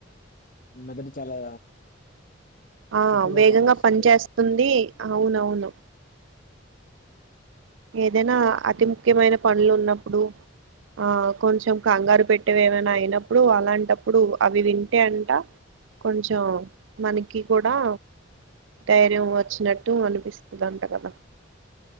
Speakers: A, on the left; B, on the right.
A: మెదడు చాలా
B: ఆ
A: చురుకుగా
B: వేగంగా
A: పనిచేస్తుంది
B: పని చేస్తుంది అవునవును ఏదైనా అతి ముఖ్యమైన పనులు ఉన్నప్పుడు ఆ కొంచెం కంగారు పెట్టేవి ఏమైనా అయినప్పుడు అలాంటప్పుడు అవి వింటే అంట కొంచం మనకి కూడా ధైర్యం వచ్చినట్టు అనిపిస్తుంది అంట కదా